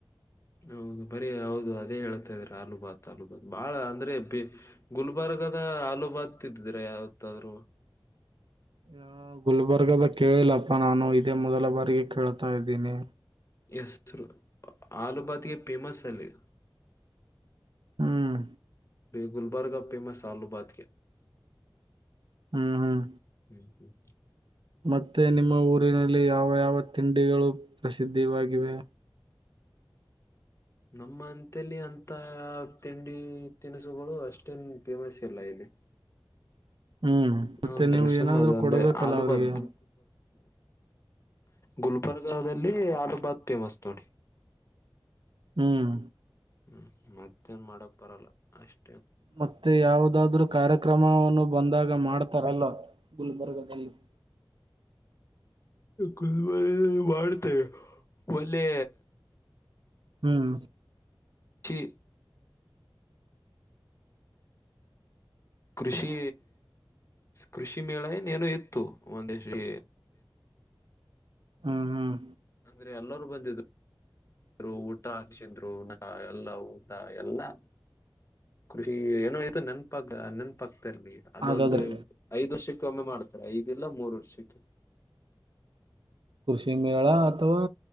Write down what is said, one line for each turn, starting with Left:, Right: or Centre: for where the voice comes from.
Left: ಹೌದು ಬರೀ ಹೌದು ಅದೇ ಹೇಳ್ತಾ ಇದ್ರ ಅಲೂಬಾತ್ ಅಲೂಬಾತ್ ಬಾಳ ಅಂದ್ರೆ ಬಿ ಗುಲ್ ಗುಲ್ಬರ್ ದು ಆಲೂಬಾತ್ ತಿದಿದೀರ ಯಾವತ್ತಾದ್ರೂ
Right: ಹ <inaudible> ಯ ಗುಲ್ಬರ್ಗದ ಕೇಳಿಲ್ಲಪ್ಪಾ ನಾನು ಇದೇ ಮೊದಲ ಬಾರಿಗೆ ಕೇಳ್ತಾ ಇದ್ದೀನಿ
Left: ಎಸ್ ಆಲೂಬಾತಿಗೆ ಫೇಮಸ್ ಅಲ್ಲಿ
Right: ಹ್ಮ್
Left: ಗುಲ್ಬರ್ಗ ಅಫೇಮಸ್ ಆಲೂಬಾದಕೆ
Right: ಹ್ಮ್
Left: ಹ್ಮ
Right: ಹ್ಮ್
Left: ಹ <unintelligible>
Right: ಮತ್ತೆ ನಿಮ್ಮ ಊರಿನಲ್ಲಿ ಯಾವ ಯಾವ ತಿಂಡಿಗಳು ಪ್ರಸಿದ್ಧಿ ಯಾಗಿವೆ?
Left: ಹ್ಮ್ ನಮ್ಮ ಅಂತಲ್ಲಿ ಅಂತ ತಿಂಡಿ ತಿನಿಸುಗಳು ಅಷ್ಟೇನ್ ಫೇಮಸ್ ಇಲ್ಲ ಇಲ್ಲಿ
Right: <inaudible> ಹ್ಮ್ ಮತ್ತೆ
Left: ಅಂದ್ರೆ
Right: ನೀವು
Left: ಸುಮ್ಮ
Right: ಏನಾದರು
Left: ಅದ ಅಂದ್ರೆ
Right: ಕೊಡ್ಬೇಕಲ್ಲ
Left: ಆಲೂಬಾದ್
Right: ಅವ್ರಿಗೆ <inaudible>
Left: ಗುಲ್ಬರ್ಗಲ್ಲಿ ಆಲಬಾದ್ ಫೇಮಸ್ ನೋಡಿ
Right: ಹ್ಮ್
Left: ಹ್ಮ್ ಮತ್ತೇನ್ ಮಾಡಕ್ ಬರಲ್ಲ ಅಷ್ಟ
Right: ಮತ್ತೆ ಯಾವದಾದ್ರರು ಕಾರ್ಯಕ್ರಮವನ್ನು ಬಂದಾಗ ಮಾಡ್ತಾರಲ್ಲ ಗುಲ್ಬರ್ಗದಲ್ಲಿ ಹ
Left: ಗುಲ್ಬರ್ಗ ದಲ ಮಾಡತೆೆ ಒಳ್ಳೆ
Right: ಹ್ಮ್
Left: ಛಿ ಕೃಷಿ ಕೃಷಿ ಮೇಳ ಏನ ಏನೋ ಇತ್ತು ಒಂದ್ರೀ
Right: ಹ್ಮ್ ಹ್ಮ್
Left: ಅಂದ್ರೆ ಎಲ್ಲರೂ ಬಂದಿದ್ದು ಇದರು ಊಟ ಹಾಚ್ಚಿದ್ರು ನ ಎಲ್ಲಾ ಊಟ ಎಲ್ಲಾ ಕೃಷಿ ಏನೋ ಆತು ನೆನ್ಪಾ ನೆನ್ಪಕ್ ಗ ಅದೊಂದು
Right: ಹಾಗಾದ್ರೆ
Left: ಐದ್ ವರ್ಷಕ್ಕೆ ಒಮ್ಮೆ ಮಾಡ್ತಾರೆ ಐದಿಲ್ಲ ಮೂರು ವರ್ಷಕ್ಕೆ <inaudible>
Right: ಕೃಷಿ ಮೇಳ ಅಥವಾ